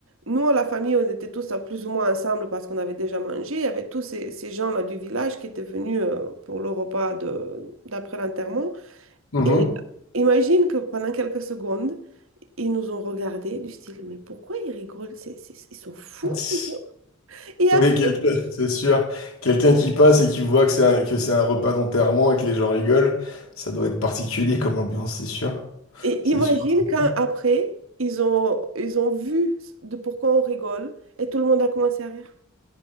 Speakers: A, on the right; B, on the left.
A: nous, à la famille, on était tous euh, plus ou moins ensemble parce qu'on avait déjà mangé. Il y avait tous ces, ces gens-là du village qui étaient venus euh, pour le repas de, d'après l'enterrement.
B: Mhm.
A: Et imagine que pendant quelques secondes, ils nous ont regardés du style, mais pourquoi ils rigolent? C'est- c'est- ils sont fous,
B: <laughs>
A: ces gens. Et après,
B: Oui, quelqu'un, c'est sûr. Quelqu'un qui passe et qui voit que c'est un, que c'est un repas d'enterrement et que les gens rigolent, ça doit être particulier comme ambiance, c'est sûr.
A: Et
B: C'est
A: imagine
B: sûr.
A: quand
B: <laughs>
A: après, ils ont, ils ont vu de pourquoi on rigole et tout le monde a commencé à rire.